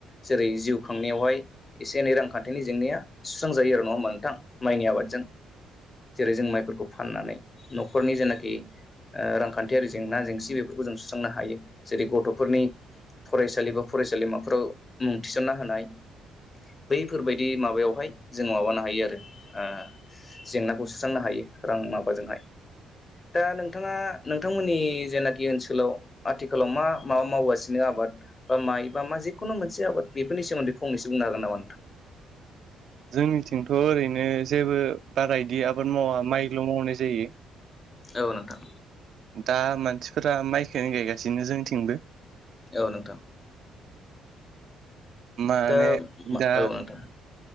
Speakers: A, on the left (about 30°); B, on the right (about 60°).
A: जेरै जिउ खांनायावहाय एसे एनै रांखान्थिनि जेंनाया सुस्रांजायो आरो नङा होमबा नोंथां। माइनि आबादजों। जेरै जों माइफोरखौ फाननानै न'खरनि जेनाखि ओ रांखान्थियारि जेंना जेंसि बे बेफोरखौ जों सुस्रांनो हायो जेरै गथ'फोरनि फरायसालि बा फरायसालिमाफोराव मुं थिसन्ना होनाय। बैफोरबायदि माबायावहाय जों माबानो हायो आरो ओह जेंनाखौ सुस्रांनो हायो। रां माबाजोंहाय
B: <inaudible>
A: दा नोंथाङा नोंथांमोननि जेनाख नि ओनसोलाव आथिखालाव मा मा मावगासिनो आबाद बा माइ बा मा जिखुनु मोनसे आबाद बेफोरनि नि सोमोन्दै फंनैसो बुंनो हागोन नामा नोंथां।
B: जोंनिथिंथ' ओरैनो जेबो बारा इदि आबाद मावा माइल' मावनाय जायो। <inaudible>
A: औ नोंथां।
B: दा मानसिफोरा माइखोनो गायगासिनो जोंनिथिंबो
A: औ नोंथां।
B: माने
A: दा औ
B: दा
A: नोंथां